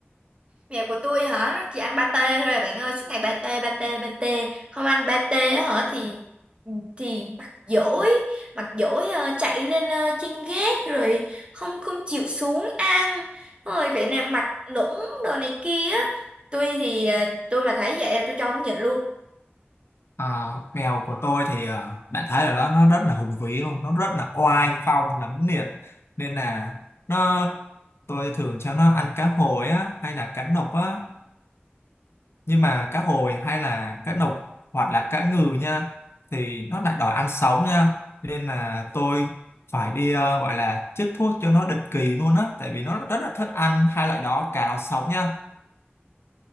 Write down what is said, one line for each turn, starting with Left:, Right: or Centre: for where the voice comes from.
Right: Mèo của tôi hả? Nó chỉ ăn pate thôi à bạn ơi, suốt ngày pate pate pate. Không ăn pate á hả thì thì mặt dỗi, mặt dỗi ờ, chạy lên ờ, trên gác rồi không không chịu xuống ăn. Rồi vậy nè mặt nũng đồ này kia. á. Tôi thì ờ, tôi mà thấy vậy là tôi cho nó nhịn luôn.
Left: À, mèo của tôi thì à, bạn thấy ở đó nó rất là hùng vĩ luôn nó rất là oai phong nấm liệt nên là nó tôi thường cho nó ăn cá hồi á hay là cá nục á nhưng mà cá hồi hay là cá nục hoặc là cá ngừ nha thì nó lại đòi ăn sống nha nên là tôi phải đi à, gọi là chích thuốc cho nó định kỳ luôn á tại vì nó rất là thích ăn hai loại đó cá đó sống nha